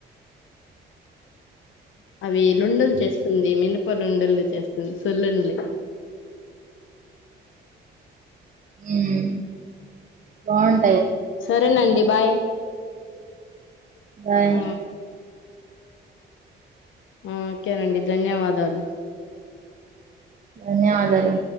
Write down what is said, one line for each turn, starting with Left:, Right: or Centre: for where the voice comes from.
Left: అవి లుండలు చేస్తుంది మినపలుండలు చేస్తుంది సొల్లుంలి
Right: మ్మ్ బాగున్
Left: సరేనండి బాయ్
Right: బాయ్
Left: ఆ ఓకేనండి ధన్యవాదాలు
Right: ధన్యవాదాలు